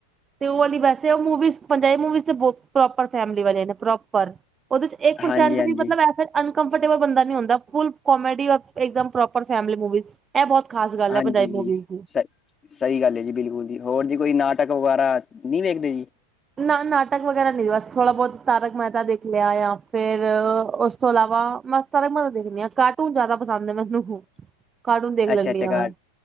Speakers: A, on the right; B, on the left.
A: ਤੇ ਉਹ ਵਾਲੀ ਵੈਸੇ ਉਹਪੰਜਾਬੀ ਮਵੀਵੋਪ ਫੈ ਵਾਲੇ ਨੇ ਪ੍ਰੋਪਰ ਉਹ ਦੇ ਇਕ ਪਰਸੇੰਟ
B: ਹਾਂਜੀ-ਹਾਂਜੀ,
A: ਵੀ ਬੰਦਾ
B: ਹਾਂਜੀ
A: ਅਨਕਫਟੇਬਲ ਨਹੀਂ ਹੰਦਾ। ਫੋਲ ਕੋਮੇਡੀ ਔਰ ਇਕ ਦਮ ਪਰੋਪਰ। Family movies. ਇਹ ਬਹੁਤ ਖਾਸ ਗੱਲ
B: ਹਾਂਜੀ
A: ਹੈ ਭਜਾਈ
B: ਜੀ
A: ਮੂਵੀਜ਼ ਦੀ।
B: ਸਹੀ ਸਹੀ ਗੱਲ ਹੈ ਜੀ। ਬਿਲਕੁਲ ਜੀ, ਹੋਰ ਜੀ ਕੋਈ ਨਾਟਕ ਵਗੈਰਾ ਨਹੀਂ ਵੇਖਦੇ ਜੀ।
A: ਨਾ ਨਾਟਕ ਵਗੈਰਾ ਨਹੀਂ। ਬਸ ਥੋੜਾ ਬਹੁਤ ਤਾਰਕ ਮਹਿਤਾ ਦੇਖ ਲਿਆ ਜਾਂ ਫੇਰ ਉਸ ਤੋਂ ਇਲਾਵਾ, ਬਸ ਸਾਰਕ ਮਹਿਤਾ ਤਾਂ ਦੇਖਦੇ ਹਾਂ। ਕਾਰਟਨ ਜਿਆਦਾ ਪਸੰਦ ਮੈਨੂੰ ਹਾ।
B: <inaudible>
A: ਕਾਟੂਨ ਦੇਖ ਲੈਂਦੀ
B: ਅੱਛਾ-ਅੱਛਾ
A: ਹਾਂ
B: ਕਾ
A: ਬਸ।